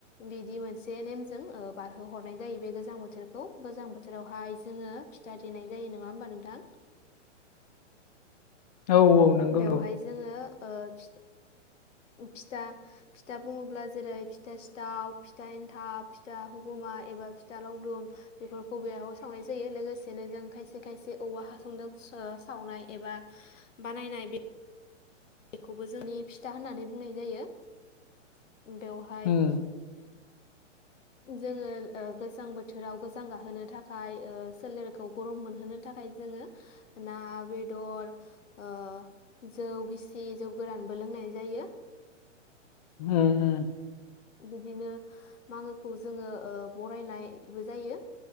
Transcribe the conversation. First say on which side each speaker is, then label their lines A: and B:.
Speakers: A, on the left (about 75°); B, on the left (about 35°).
A: बिदि मोनसे नेमजों ओ बारहोहरनाय जायो बे गोजां बोथोरखौ। गोजां बोथोरावहाय जोङो फिथा देनाय जायो नङा होमबा नोंथां?
B: औ औ नोंगौ
A: बेवहाय
B: नोंगौ।
A: जोङो ओ फि फिथा, फिथा बुङोब्ला जेरै फिथा सिथाव, फिथा एन्थाब, फिथा हुगुमा एबा फिथा लावदुम बेफोरखौ बेयाव सावनाय जायो लोगोसेनो जों खायसे खायसे औवा हासंदों सा सावनाय एबा बानायनाय बे बेखौबो जोंनि फिथा होननानै बुंनाय जायो। बेवहाय
B: उम
A: जोङो ओ गोजां बोथोराव गोजां गाहोनो थाखाय ओ सोलेरखौ गरम मोनहोनो थाखाय जोङो ना बेदर ओ जौ गिसि जौ गोरानबो लोंनाय जायो
B: उम उम
A: बिदिनो मागोखौ जोङो ओ बरायनायबो जायो